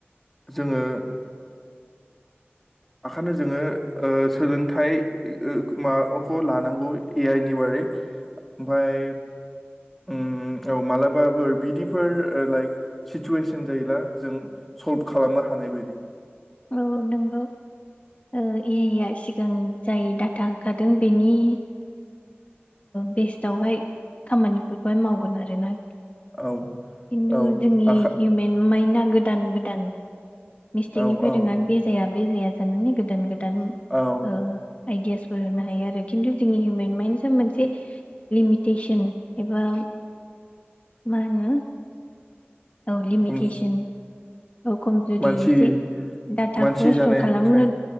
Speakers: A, in the centre; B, on the left (about 30°).
A: जोङो ओंखायनो जोङो सोलोंथाइ माबेखौ लानांगौ ए आइ नि बारै ओमफफ्राय उम औ माबलाबाफोर बिब्दिफोर लायख सिथुयेसोन जायोला जों सलब खालामनो हानायबादि ।
B: औ नंगौ ए आइ आर सिगां जाय डाटा ओंखारदों बेनि बेस्टावहाय खामानिफोरखौहाय मावगोन आरोना।
A: औ
B: खिन्थु
A: औ
B: जोंनि
A: आखा
B: हिउमेन माइ गोदान गोदान मिस्टेकनिफ्राय
A: औ औ
B: रोङानो बे जाया। बे जाया जानानै गोदान गोदान गोदान
A: औ
B: आइदियासफोर होनो हायो आरो खन्थु जोंनि हिउमेन माइन मोनसे लिमिटेसन एबा मा होनो औ लिमिटेसन
A: हम
B: औ खमजुरि
A: मानसि
B: एसे डाटाखौबो
A: मानसि जानायखाय
B: स्टर खालामनो